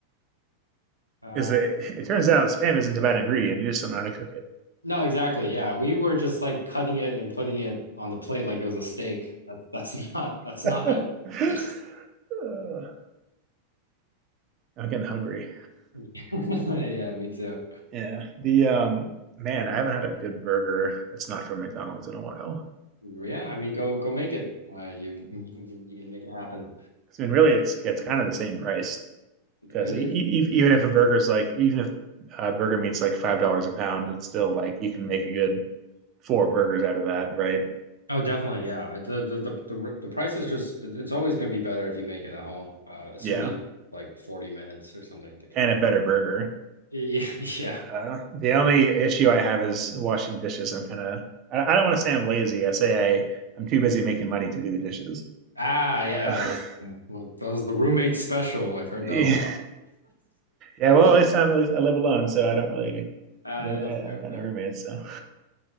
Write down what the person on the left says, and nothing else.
Uh,
No, exactly. Yeah. We were just like cutting it and putting it on the plate like it was a steak. That, that's <laughs> not that's
not how <laughs>
Yeah, me too.
Yeah, I mean go go make it. Uh, you you can make it happen.
I- It,
oh, definitely. Yeah. The, the the the the price is just it's always going to be better if you make it at home, uh, assuming
you have, like 40 minutes or something to kill.
Yeah, <laughs> yeah.
Ah, yeah,
that's like, that was the roommate special. I've heard
that
a lot.
<laughs>
I
love
fair,
fair.